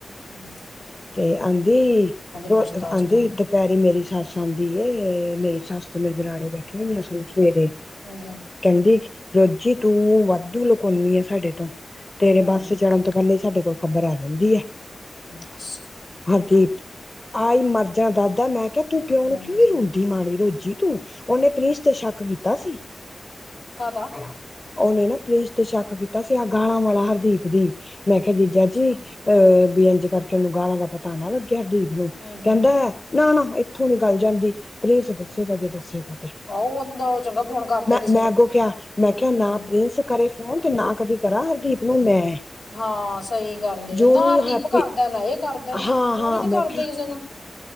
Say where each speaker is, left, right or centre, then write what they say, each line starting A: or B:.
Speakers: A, on the left; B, on the left.
A: ਹਂ।
B: ਤੇ ਆਂਦੀ ਰ
A: ਪੁੱਛਦਾ ਅੱਜ
B: ਆਂਦੀ।
A: ਕੱਲ
B: ਦੁਪੈਰੀ ਮੇਰੀ ਸੱਸ ਆਂਦੀ ਏ, ਮੇਰੀ ਸੱਸ ਤੇ ਮੇਰੇ ਦਰਾਣੀ ਬੈਠੀ ਹੁੰਦੀਆਂ ਸਾਨੂੰ ਸਵੇਰੇ।
A: ਹਂ।
B: ਕਹਿੰਦੀ ਰੋਜ਼ੀ ਤੂੰ ਵਾਧੂ ਲੁਕਾਉਂਦੀ ਏ ਸਾਡੇ ਤੋਂ। ਤੇਰੇ
A: ਹਮ
B: ਬੱਸ ਚੜਣ ਕਹਿੰਦੀ ਸਾਡੇ ਕੋਲ ਖ਼ਬਰ ਆ ਜਾਂਦੀ ਐ।
A: ਦਸ
B: ਹਰਦੀਪ ਆਈ ਮਰ ਜਾਣਾ ਦੱਸਦਾ, ਮੈਂ ਕਿਹਾ ਤੂੰ ਪਿਓ
A: ਹਮ
B: ਨੂੰ ਕਿਉਂ ਨੀ ਰੂੰ ਦੀ ਮਾਣੀ ਰੋਜ਼ੀ ਤੂੰ ਉਹਨੇ ਪ੍ਰਿੰਸ ਤੇ ਸ਼ੱਕ ਕੀਤਾ ਸੀ।
A: ਕਾਦਾ?
B: <unintelligible> ਉਹਨੇਂ ਨਾ ਪ੍ਰਿੰਸ ਤੇ ਸ਼ੱਕ ਕੀਤਾ ਸੀ, ਗਾਲਾਂ ਵਾਲਾ ਹਰਦੀਪ ਦੀ। ਮੈਂ ਕਿਹਾ ਜੀਜਾ
A: ਅੱਛਾ
B: ਜੀ, ਅਹ ਬੇਅੰਜ ਕਰਕੇ ਉਹਨੂੰ ਗਾਲਾਂ ਦਾ ਪਤਾ ਨਾਂ ਲੱਗੇ ਹਰਦੀਪ ਨੂ
A: ਹਮ ਹਮ
B: ਕਹਿੰਦਾਂ ਨਾਂ ਨਾਂ ਇੱਥੋਂ ਨੀਂ ਗੱਲ ਜਾਂਦੀ, ਪ੍ਰੀੰਸ ਦੱਸੇਗਾ
A: ਹਮ
B: ਜੇ ਦੱਸੇਗਾ ਤੇ।
A: ਆਹੋ ਉਹਦਾ ਉਹ ਚੰਗਾ ਫੋਨ ਕਰਦਾ
B: ਮੈਂ
A: ਕਿਸੇ
B: ਮੈਂ
A: ਨੂੰ
B: ਅੱਗੋਂ ਕਿਹਾ, ਮੈਂ ਕਿਹਾ,
A: ਹਮ
B: ਨਾ ਪ੍ਰਿੰਸ ਕਰੇ ਹੁਣ ਤੇ ਨਾਂ ਕਦੀ ਕਰਾਂ ਹਰਦੀਪ ਨੂੰ ਮੈਂ
A: ਹਾਂ, ਸਹੀ ਗੱਲ ਐ,
B: ਜੋ
A: ਨਾਂ ਹਰਦੀਪ
B: ਹੈਪੀ
A: ਕਰਦਾ ਨਾਂ ਇਹ ਕਰਦਾ
B: ਹਾਂ
A: ਫੋਨ
B: ਹਾਂ
A: ਨੀਂ ਕਰਦੇ
B: ਮੈਂ ਕਿਹਾ
A: ਕਿਸੇ ਨੂੰ